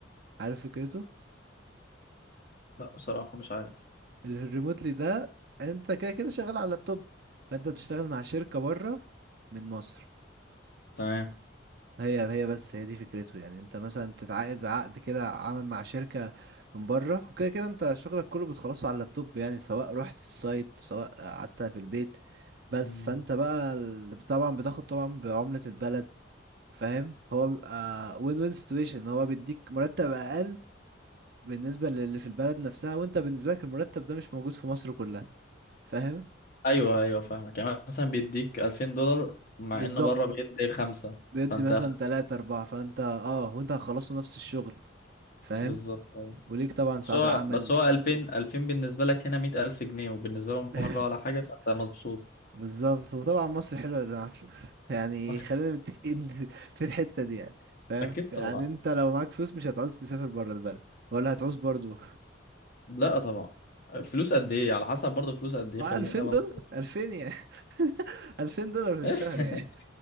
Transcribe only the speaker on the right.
عارف فكرته
اللي في الريموتلي ده أنت كده كده شغال على اللابتوب فأنت بتشتغل مع شركة بره من مصر
هي هي بس هي دي فكرته يعني انت مثلا تتعاقد عقد كده عمل مع شركة من بره وكده كده انت شغلك كله بتخلصه على اللابتوب يعني سواء رحت السايت سواء قعدت في البيت بس
فانت بقى ال- طبعا بتاخد طبعا بعملة البلد فاهم هو بيبقى وين وين سيتويشن هو بيديك مرتب اقل بالنسبه للي في البلد نفسها وانت بالنسبه لك المرتب ده مش موجود في مصر كلها فاهم
بالظبط
بيدي
مثلا
تلاتة أربعة فانت اه وانت هتخلصوا نفس الشغل فاهم
وليك طبعا ساعات
عمل
<laughs>
بالظبط وطبعا مصر حلوه اللي معاه فلوس يعني
خلينا متفقين <laughs> في الحته دي يعني فاهم
يعني انت لو معاك فلوس مش هتعوز تسافر بره البلد ولا هتعوز برضو
مع
2000
دولار 2000 يعني <laughs> 2000 دولار في الشهر
يعني <laughs>